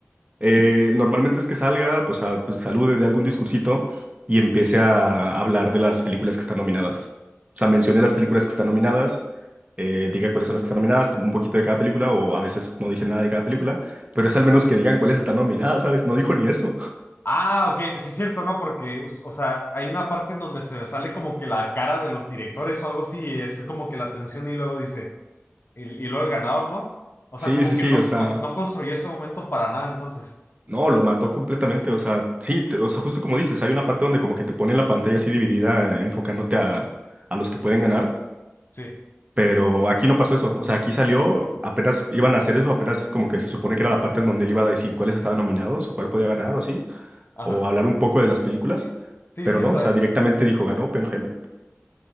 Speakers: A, on the right (about 30°); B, on the left (about 50°).
A: Eh, normalmente es que salga, pues, a- pues, salude de algún discursito y empiece a hablar de las películas que están nominadas. O sea, mencione las películas que están nominadas, eh, diga cuáles son las que están nominadas, un poquito de cada película o a veces no dice nada de cada película, pero es al menos que digan cuáles están nominadas, ¿sabes? No dijo ni eso. <laughs>
B: Ah, ok, sí es cierto, ¿no? Porque, o o sea, hay una parte en donde se sale como que la cara de los directores o algo así, y es como que la tensión y luego dice, y, y luego el ganador, ¿no? O
A: Sí,
B: sea, como
A: sí,
B: que
A: sí,
B: no,
A: o sea,
B: no, no construyó ese momento para nada, entonces.
A: no, lo mató completamente, o sea, sí, te- o sea, justo como dices, hay una parte donde como que te pone la pantalla así dividida, eh, enfocándote a, a los que pueden ganar.
B: Sí,
A: Pero aquí no pasó eso. O sea, aquí salió, apenas iban a hacer eso, apenas como que se supone que era la parte en donde él iba a decir cuáles estaban nominados o cuál podía ganar o así,
B: ajá.
A: o hablar un poco de las películas.
B: Sí,
A: Pero
B: sí,
A: no,
B: o sea,
A: o sea, directamente dijo, ganó Oppenheimer.